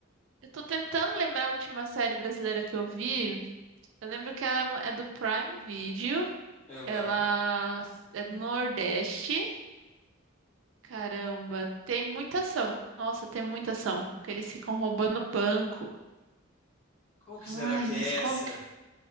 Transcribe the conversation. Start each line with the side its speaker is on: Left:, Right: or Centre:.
Right: Eu tô tentando lembrar a última série brasileira que eu vi. Eu lembro que ela é uma- é do Prime Video.
Left: Aham.
Right: Ela é do Nordeste. Caramba, tem muita ação. Nossa, tem muita ação. Porque eles ficam roubando banco.
Left: Qual que
Right: Ai,
Left: será que
Right: mas
Left: é
Right: qual
Left: essa?
Right: que... é?